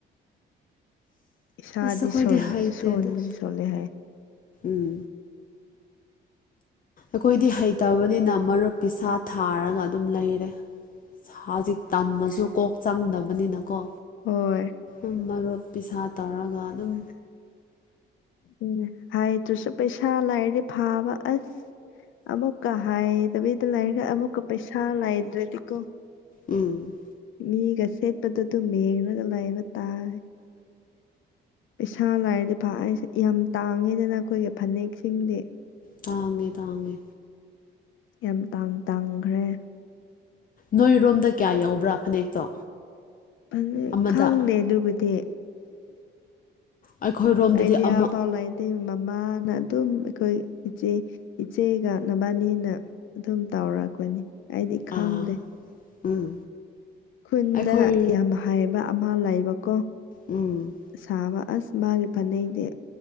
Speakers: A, on the left (about 80°); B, on the left (about 45°).
A: ꯏꯁꯥꯗꯤ
B: ꯑꯁ ꯑꯈꯣꯏꯗꯤ
A: ꯁꯣꯟ
B: ꯍꯩꯇꯦꯗ
A: ꯁꯣꯟꯕꯨꯗꯤ ꯁꯣꯜꯂꯦ ꯍꯥꯏ
B: ꯎꯝ ꯑꯈꯣꯏꯗꯤ ꯍꯩꯇꯕꯅꯤꯅ ꯃꯔꯨꯞ ꯄꯤꯁꯥ ꯊꯥꯔꯒ ꯑꯗꯨꯝ ꯂꯩꯔꯦ꯫ ꯍꯧꯖꯤꯛ ꯇꯝꯃꯁꯨ ꯀꯣꯛ ꯆꯪꯗꯕꯅꯤꯅꯀꯣ
A: ꯍꯣꯏ
B: ꯎꯝ ꯃꯔꯨꯞ ꯄꯤꯁꯥ ꯇꯧꯔꯒ ꯑꯗꯨꯝ
A: ꯎꯝ ꯍꯥꯏꯗ꯭ꯔꯁꯨ ꯄꯩꯁꯥ ꯂꯩꯔꯗꯤ ꯐꯥꯕ ꯑꯁ ꯑꯃꯨꯛ ꯍꯥꯏꯗꯕꯤꯗ ꯂꯩꯔꯦ ꯑꯃꯨꯛꯀ ꯄꯩꯁꯥ ꯂꯩꯗꯔꯗꯤꯀꯣ꯫
B: ꯎꯝ
A: ꯃꯤꯒ ꯁꯦꯠꯄꯗꯨ ꯑꯗꯨꯝ ꯌꯦꯡꯉꯒ ꯂꯩꯕ ꯇꯥꯔꯦ꯫ ꯏꯁꯥ ꯂꯥꯏꯔꯗꯤ ꯐꯦ ꯌꯥꯝ ꯇꯥꯡꯉꯤꯗꯅ ꯑꯩꯈꯣꯏꯒꯤ ꯐꯅꯦꯛꯁꯤꯡꯗꯤ꯫
B: ꯇꯥꯡꯉꯦ ꯇꯥꯡꯉꯦ꯫
A: ꯌꯥꯝ ꯇꯥꯡ ꯇꯥꯡꯈ꯭ꯔꯦ꯫
B: ꯅꯣꯏꯔꯣꯝꯗ ꯀꯌꯥ ꯌꯥꯎꯕ꯭ꯔꯥ ꯐꯅꯦꯛꯇꯣ꯫
A: ꯐꯅꯦꯛ
B: ꯑꯃꯗ
A: ꯈꯪꯗꯦ ꯑꯗꯨꯕꯨꯗꯤ꯫
B: ꯑꯩꯈꯣꯏꯔꯣꯝꯗꯗꯤ
A: ꯑꯩꯗꯤ
B: ꯑꯃ
A: ꯑꯐꯥꯎ ꯂꯩ ꯗꯦ ꯃꯃꯥꯅ ꯑꯗꯨꯝ ꯑꯩꯈꯣꯏ ꯏꯆꯦ ꯏꯆꯦꯒꯥꯛ ꯅꯕꯥꯅꯤꯅ ꯑꯗꯨꯝ ꯇꯧꯔꯛꯄꯅꯤ ꯑꯩꯗꯤ ꯈꯪꯗꯦ꯫
B: ꯑꯥ ꯎꯝ
A: ꯈꯨꯟꯗ
B: ꯑꯩꯈꯣꯏ
A: ꯌꯥꯝ ꯍꯥꯏꯕ ꯑꯃ ꯂꯩꯕꯀꯣ꯫
B: ꯎꯝ꯫
A: ꯁꯥꯕ ꯑꯁ ꯃꯥꯒꯤ ꯐꯥꯕꯦꯛꯗꯤ꯫